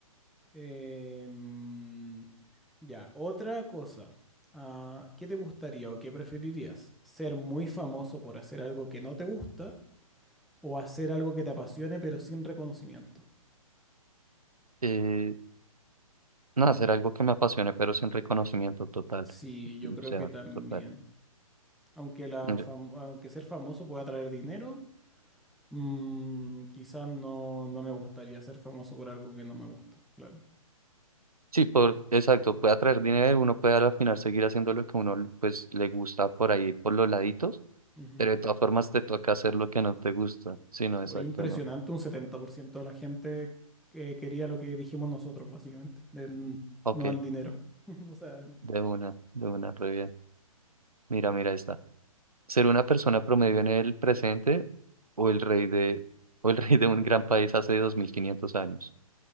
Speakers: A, in the centre; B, on the right.
A: Em, ya, otra cosa. Ah, ¿qué te gustaría o qué preferirías? ¿Ser muy famoso por hacer algo que no te gusta o hacer algo que te apasione pero sin reconocimiento?
B: Eh, No, hacer algo que me apasione, pero sin reconocimiento total.
A: Sí, yo
B: O
A: creo
B: sea,
A: que también.
B: total.
A: Aunque, la
B: Yo-
A: fam- aunque ser famoso pueda traer dinero, mm, quizás no, no me gustaría ser famoso por algo que no me gusta, claro.
B: Sí, por, exacto, puede atraer dinero, uno puede al final seguir haciendo lo que uno pues le gusta por ahí, por los laditos,
A: Ujú.
B: pero de todas formas te toca hacer lo que no te gusta. Sí, no, exacto,
A: Oye, impresionante,
B: no.
A: un 70% de la gente que quería lo que dijimos nosotros, básicamente, de n-
B: Ok,
A: no al dinero. <laughs> O sea,
B: de una, de una, re bien. Mira, mira esta. Ser una persona promedio en el presente o el rey de, o el rey de un gran país hace 2500 años.